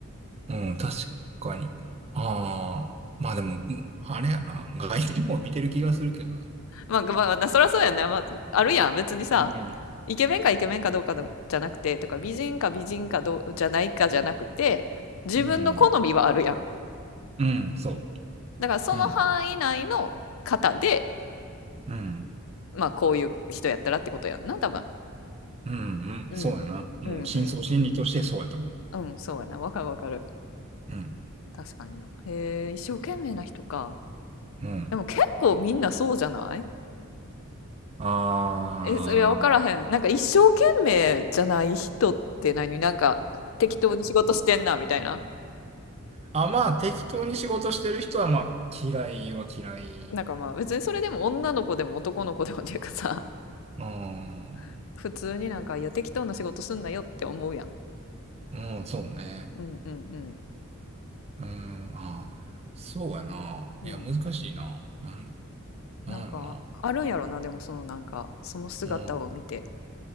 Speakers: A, on the right; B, on the left.
A: うん。うん、確かに。ああ、まあでも、うんあれやな。外見も見てる気がするけどな。
B: まあまあ、なそりゃそうやんね。まあ、あるやん。別にさ、
A: うん。
B: イケメンかイケメンかどうかどじゃなくて、とか美人か美人かどうじゃないかじゃなくて、自分の好みはあるやん。
A: うん、うんそ
B: だからその範囲内の方で、
A: う。うん、うん、
B: まあこういう人やったらってことやんな、多分。
A: うん、うん、
B: うん。
A: そうやな。もう、
B: うんうん。
A: 深層心理としてそうやと思う。
B: うん、そうやな。わかるわかる。
A: うん、
B: 確かにな。へえ、一生懸命な人か。
A: うん。
B: でも結構みんなそうじゃない
A: ああ。
B: え、それはわからへん。なんか一生懸命じゃない人って何なんか適当に仕事してんな、みたいな。
A: あ、まあ適当に仕事してる人はまあ嫌いは嫌い
B: なんかまあ別にそれでも女の子でも男の子でもっていうかさ、
A: うーん
B: <laughs> 普通になんか、いや、適当な仕事すんなよって思うやん。
A: うん、そうね
B: うんうん
A: うーんああ、そうやなあいや難しいなあ
B: うん。うん。
A: なんやろな
B: なんか、あるんやろな、でもそのなんか、その姿を見て
A: うーん